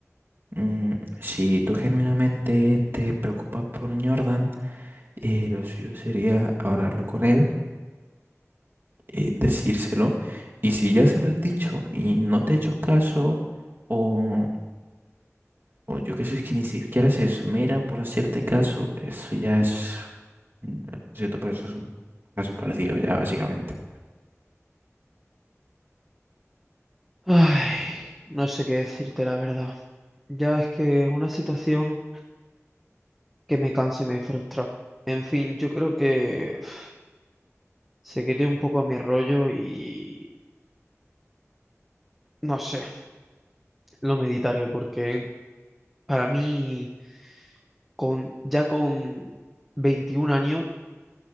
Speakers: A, on the right; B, in the centre.
A: Mm, si tú genuinamente te preocupas por Jordan, eh, lo suyo sería hablarlo con él, eh, decírselo. Y si ya se lo has dicho y no te he hecho caso, o, o yo qué sé, que ni siquiera se esmera por hacerte caso, eso ya es, mm, lo siento, pero eso es un caso perdido ya básicamente.
B: Ay, no sé qué decirte la verdad. Ya es que es una situación que me cansa y me frustra. En fin, yo creo que <sighs> uf, se quite un poco a mi rollo y no sé, lo meditaré porque para mí con ya con 21 años